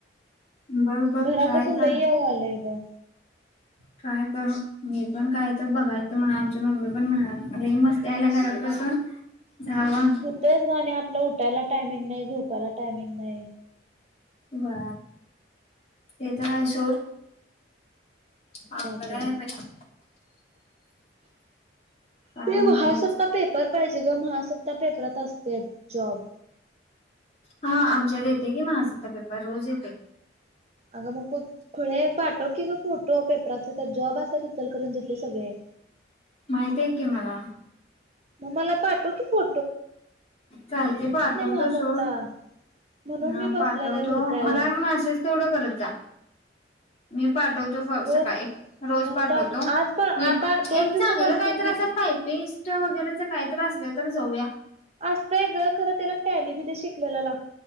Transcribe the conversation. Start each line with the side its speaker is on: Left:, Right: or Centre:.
Left: बघ बघ
Right: घरात
Left: ट्राय
Right: बसून
Left: कर
Right: लय हे व्हालंय ग.
Left: ट्राय कर मी पण काय तर बघायचं म्हणालोय आमची मम्मी पण म्हणायलाय लई मस्ती पण यायला घरात बसून जावा
Right: हो तेच ग आणि आपला उठायला टायमिंग नाही झोपायला टायमिंग नाही नाही.
Left: बा ते तर आहे सोड. अवघड
Right: काय तर
Left: आहे बाई काय
Right: ते
Left: नवच
Right: महासत्ता पेपर पाहिजे ग महासत्ता ता पेपरात असतय ते जॉब
Left: हा आमच्यात येते की महासत्ता पेपर रोज येते.
Right: अगं मग खुळे पाठव कि ग फोटो पेपराचा त्यात जॉब असतात इतलकरंजीतले सगळे.
Left: माहिती हाय की मला.
Right: मग मला पाठव की फो
Left: चालते पाठवतो
Right: महासत्ता
Left: सोड
Right: म्हणून
Left: हा
Right: मी बसले
Left: पाठवतो
Right: नाही हुडकायला
Left: मला मेसेज तेवढं करत जा. मी पाठवतो बग
Right: रोज
Left: सकाळी रोज
Right: आता
Left: पाठवतो
Right: आज पण
Left: मी
Right: आता दोन
Left: एक
Right: दिवसाच
Left: चांगलं
Right: असतील
Left: काहीतरी
Right: की
Left: असं टायपिंग वगैरेच काहीतर असलं तर जाऊया.
Right: असतय ग खरं त्याला टॅली बीली शिकलेला लाग